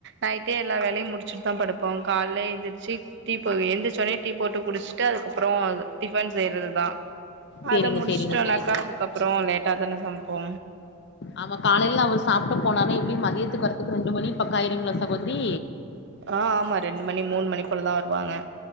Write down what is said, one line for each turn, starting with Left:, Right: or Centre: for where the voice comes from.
Right: நைட்டே எல்லா வேலயு முடிச்சிட் தா படுப்போ கால்ல எந்தி ச்சி டீ போ எந்திரச்சோனே டீ போட்டு குடிச்சிட்டு அதுக்கப்றோ டிஃபன் செய்றதுதா
Left: சேரிங்க
Right: அத முடிச்ட்டோனாக்கா
Left: சேரிங்க சகோதரி
Right: அதுக்கப்றோ லேட்டா தானே சமைப்போ
Left: ஆமா காலைல அவ சாப்ட்டு போனானே எப்டி மதியத்துக் வர் க்கு ரெண்டு மணி பக்க ஆய்டுங்ளா சகோத்ரி
Right: ஆ ஆமா ரெண்டு மணி மூண் மணி போல தா வருவாக